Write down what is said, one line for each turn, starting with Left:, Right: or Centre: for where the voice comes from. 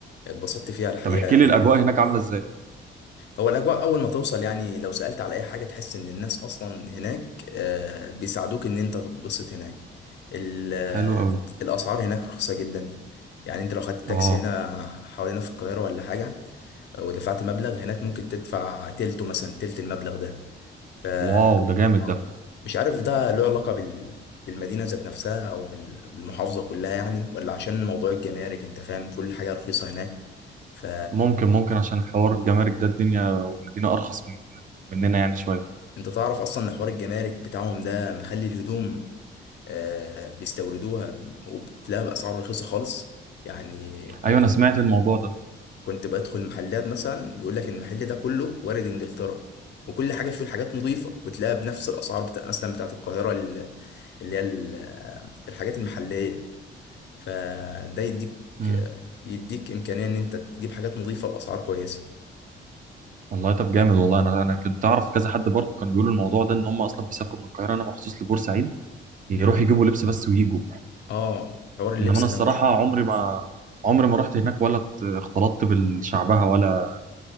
Left: اتبسطت فيها الحقيقة
Right: طب احكي
Left: يعني
Right: لي الاجواء هناك عامله ازاي
Left: هو الأجواء أول ما توصل يعني لو سألت على أي حاجة تحس إن الناس أصلا هناك آه، بيساعدوك إن أنت تتبسط هناك ال- آه،
Right: حلو قوي
Left: الأسعار هناك رخيصة جدا يعني أنت لو خدت تاكسي
Right: اه
Left: هنا حوالينا في القاهرة ولا حاجة آه، ودفعت مبلغ هناك ممكن تدفع تلته مثلا تلت المبلغ ده ف آه،
Right: واو ده جامد ده
Left: مش عارف ده له علاقة بال بالمدينة ذات نفسها أو بال- بالمحافظة كلها يعني ولا عشان موضوع الجمارك أنت فاهم كل حاجة رخيصة هناك ف
Right: ممكن ممكن عشان حوار الجمارك ده الدنيا والمدينه ارخص من مننا يعني شويه
Left: انت تعرف اصلا ان حوار الجمارك بتاعهم ده مخلي الهدوم آه بيستوردوها وبتلاقيها باسعار رخيصه خالص يعني كنت
Right: ايوه انا
Left: ب...
Right: سمعت الموضوع ده
Left: كنت بدخل محلات مثلا بيقول لك المحل ده كله وارد انجلترا وكل حاجه فيه الحاجات نظيفه وتلاقيها بنفس الاسعار بتاع مثلا بتاعت القاهره ال- اللي هي ال- آه، الحاجات المحليه فده يديك
Right: مم.
Left: آه، يديك امكانيه ان انت تجيب حاجات نظيفه باسعار كويسه
Right: والله طب جامد والله انا انا كنت اعرف كذا حد برضه كان بيقول الموضوع ده ان هم اصلا بيسافروا من القاهره انا مخصوص لبورسعيد يروحوا
Left: مم.
Right: يجيبوا لبس بس ويجوا
Left: اه حوار اللبس
Right: انما انا
Left: ده
Right: الصراحه
Left: مشهور
Right: عمري ما عمري ما رحت هناك ولا ات- اختلطت بالشعبها ولا